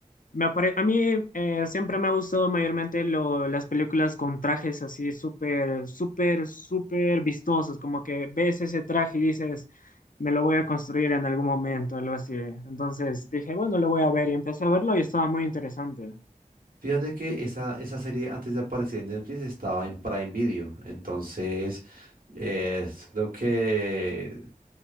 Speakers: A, on the left (about 70°); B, on the right (about 80°).
A: Me apare- a mí eh, siempre me ha gustado mayormente lo- las películas con trajes así súper, súper, súper vistosos, como que ves ese traje y dices, me lo voy a construir en algún momento, algo así. Entonces dije, bueno, lo voy a ver y empecé a verlo y estaba muy interesante.
B: Fíjate que esa, esa serie antes de aparecer en Netflix estaba en Prime Video. Entonces, eh, creo que,